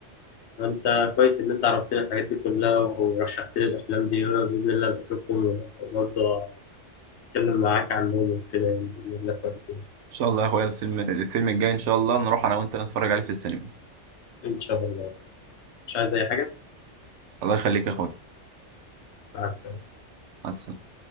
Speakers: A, on the left; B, on the right.
A: أنت كويس إن أنت عرفتني الحاجات دي كلها ورشحت لي الأفلام دي وأنا بإذن الله بشوفهم وبرضه أتكلم معاك عنهم وكده يعني بإذن الله بعد كده
B: ان شاء الله يا اخويا الفيلم الفيلم الجاي ان شاء الله نروح انا وانت نتفرج عليه في السينما
A: إن شاء الله مش عايز أي حاجة
B: الله يخليك يا اخويا
A: مع السلامة
B: مع السلامة.